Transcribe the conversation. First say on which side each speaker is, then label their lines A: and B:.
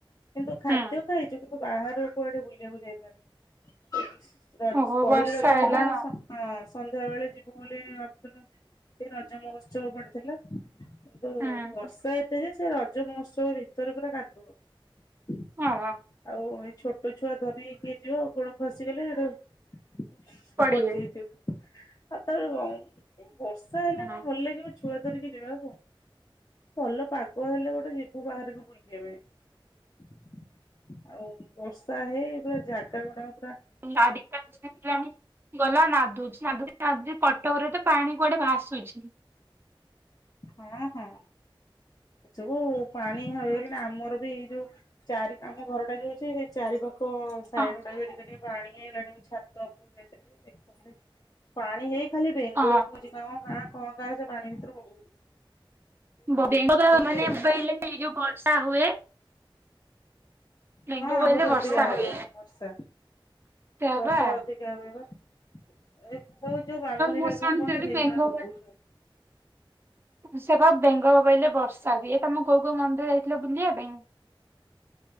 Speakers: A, on the left; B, on the right.
A: କିନ୍ତୁ ଖାଦ୍ୟ
B: ହୁଁ
A: ଖାଇଛୁ କିନ୍ତୁ ବାହାରକୁ କୁଆଡେ ବୁଲିବାକୁ ଯାଇପାରୁଲୁନୁ ୟେସ। ରଜ
B: ଓହୋ
A: ପହିଲି
B: ବର୍ଷା
A: ରଜ
B: ହେଲା
A: ଦିନ
B: ନା?
A: ସ ହଁ ସନ୍ଧ୍ୟା ବେଳେ ଯିବୁ ବୋଲି ଭାବୁଥୁଲୁ ଏଇ ରଜ ମହୋତ୍ସବ ପଡିଥିଲା। କିନ୍ତୁ
B: ହୁଁ
A: ବର୍ଷା ଏତେ ଯେ ସେ ରଜ ମହୋତ୍ସବ ଭିତରେ ପୁରା କାଦୁଅ।
B: ହଁ ବା।
A: ଆଉ ଏଇ ଛୋଟ ଛୁଆ ଧରିକି କିଏ ଯିବ ଗୋଡ଼ ଖସିଗଲେ ସେଠୁ
B: ପଡିବେ
A: ପଡିଜାଇଥିବ ଆଉ ତ ଏବ ଏଇ ବର୍ଷା ହେଲେ
B: ହୁଁ
A: କଣ ଭଲ ଲାଗିବ ଛୁଆ ଧରିକି ଯିବାକୁ ଭଲ ପାଗ ହେଲେ ଗୋଟେ ଯିବୁ ବାହାରକୁ ବୁଲିବା ପାଇଁ। ଆଉ ବର୍ଷା ହେଇ ପୁରା ଜାଗା ଗୁଡାକ ପୁରା।
B: ଗାଡ଼ି ତ ନେଇକି ଯିବାନି। ଗଲା ନାଦୁଛି ନାଦୁଚି ନାଦୁଚି କଟକରେ ତ ପାଣି କୁଆଡେ ଭାସୁଛି।
A: ହଁ ହଁ ଏ ସବୁ ପାଣି ହୋଇଗଲେ
B: ହଁ
A: ନା ଆମର ବି ଏଇ ଯୋଉ ଚାରି ଆମ ଘର ଟା ଯୋଉ ଅଛି ସେଇ ଚାରି ପାଖ ସାଇଡ
B: ହଁ
A: ଗୁଡା ଏଇନା ଟିକେ ପାଣି ହେଇଗଲାଣି ମୁଁ ଛାତ ଉପରକୁ ଯାଇଥିଲି ଯେ ଦେଖୁଥିଲି ପାଣି ହେଇ ଖାଲି ବେଙ୍ଗ
B: ହଁ
A: ବୋବଉଛି କଁ କାଁ କଁ କାଁ ସେ ପାଣି ଭିତରୁ ବୋବ
B: ବେଙ୍ଗ <unintelligible>
A: ଯେ
B: ଯୋଉ ବର୍ଷା ହୁଏ। ବେଙ୍ଗ
A: ହଁ ଆହୁରି
B: ବୋଇଲେ ବର୍ଷା
A: ଅଧିକା ହବ
B: ହୁଏ
A: ବର୍ଷା
B: ସେୟା
A: ବର୍ଷା
B: ବା
A: ଅଧି କା ହୁଏ ବା ସବୁ ଯୋଉ ବାମୁଁଣୀ
B: ମୁଁ
A: ବେଗ
B: ଶୁଣିଥିଲି
A: କୁହନ୍ତି ସେଇଗୁଡା
B: ବେଙ୍ଗ
A: ବୋବୋଉଛନ୍
B: ବୋ ସେ ବା ବେଙ୍ଗ ବୋବେଇଲେ ବର୍ଷା ହୁଏ ତମେ କୋଉ କୋଉ ମନ୍ଦିର ଯାଇଥିଲେ ବୁଲିବା ପାଇଁ।